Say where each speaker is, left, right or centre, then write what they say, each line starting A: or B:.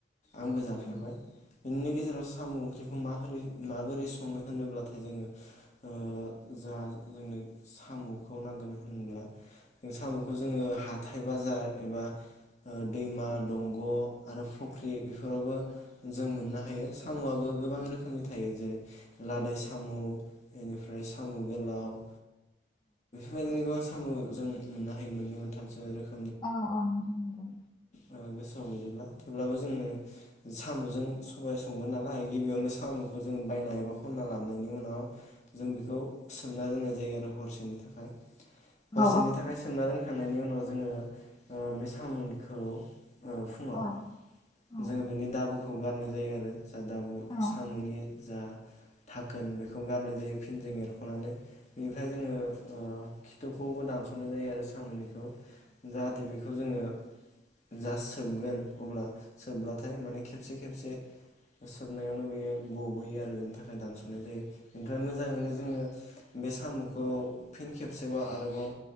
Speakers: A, on the left; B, on the left.
A: आंबो जाफेरबाय
B: औ
A: बिनिनो गेजेराव साम' ओंख्रिखौ माबोरै माबोरै सङो होनोब्लाथाय जोङो ओ जा जोंनो साम'खौ नांगोन होन्ला साम'खौ जोङो हा हाथथाय बाजार एबा ओ दैमा दंग' आरो फख्रि बेफोरावबो जों मोननो हायो साम'आबो गोबां रोखोमनि थायो जेरै लादाय साम'। बेनिफ्राय साम' गोलाव बे <unintelligible> सामु जों मोननो हायो मोननै मोनथामसो रोखोम
B: अ औ नंगौ।
A: ओ गोसोआव गैजोबला। थेवब्लाबो जोंनो साम' जों सबाय संगोन नालाय गिबियावनो साम'खौ जोंङो बायना एबा खनना लाबोनायनि उनाव जों बेखौ सोमना दोननाय जायो आरो हरसेनि थाखाय। हरसेनि
B: औ
A: थाखाय सोमना दोन खांनायनि उनाव जोङो ओ बे सामुखौ फुङाव
B: औ औ
A: जोङो बेनि दाबो खौ गारनाय जायो आरो। जा दाब
B: औ
A: साम'नि जा थाखोन बे बेखौ गारनाय जायो फिन जों एरख'नानै बेनिफ्राय जोङो खिथुखौबो दानस'नाय जायो आरो सामुनि जाहाथे बेखौ जोङो जास सोबगोन अब्ला सोबब्लाथाय माने खेबसे खेबसे सोबनायावनो बेयो गबोयो आरो बेनि थाखाय दानस'नाय जायो। मोजाङैनो जोङो बे साम'खौ फिन खेबसेबाव आरोबाव